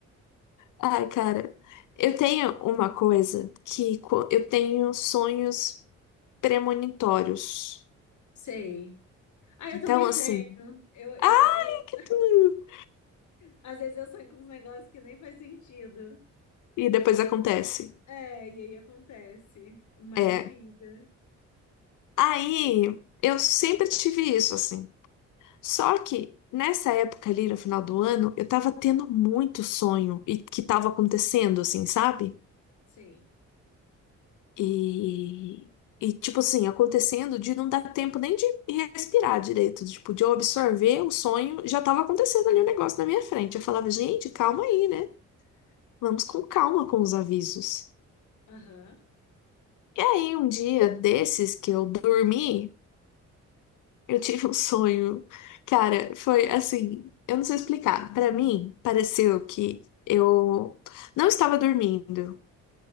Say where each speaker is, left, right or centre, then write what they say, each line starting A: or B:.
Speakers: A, on the left (about 85°); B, on the left (about 70°).
A: Ai, cara, eu tenho uma coisa que co- eu tenho sonhos premonitórios.
B: sei. Ah, eu
A: Então,
B: também
A: assim,
B: tenho. Eu, eu,
A: ai
B: eu,
A: que tu...
B: às vezes eu sonho com uns negócios que nem faz sentido.
A: E depois acontece.
B: É, e aí acontece. Mas
A: É.
B: diga.
A: Aí, eu sempre tive isso, assim. Só que nessa época ali, no final do ano, eu tava tendo muito sonho e que tava acontecendo, assim, sabe?
B: Sei.
A: E, e, tipo assim, acontecendo de não dar tempo nem de respirar direito, tipo, de eu absorver o sonho, já tava acontecendo ali o negócio na minha frente. Eu falava, gente, calma aí, né? Vamos com calma com os avisos.
B: Aham,
A: E aí, um dia desses que eu dormi, eu tive um sonho. Cara, foi assim, eu não sei explicar. Pra mim, pareceu que eu não estava dormindo,